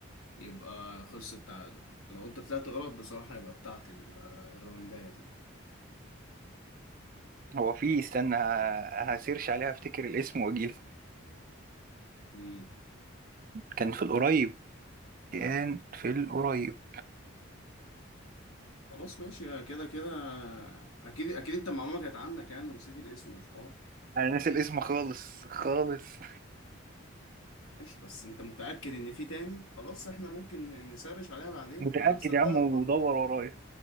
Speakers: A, on the left; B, on the right.
A: يبقى خلص التعادل لو انت طلعت غلط بصراحة يبقى بتاعت ال- الراونداية دي
B: هو في استنى ه- هسيرش عليها افتكر الاسم واجيب
A: امم
B: كان في القريب كان في القريب
A: خلاص ماشي كده كده اكيد اكيد انت المعلومة كانت عندك يعني ونسيت الاسم مش حوار
B: انا ناسي الاسم خالص خالص
A: ماشي بس انت متأكد ان في تاني خلاص احنا ممكن نسرش عليها بعدين
B: متأكد
A: انا مصدقك
B: يا عم ودور
A: والله
B: ورايا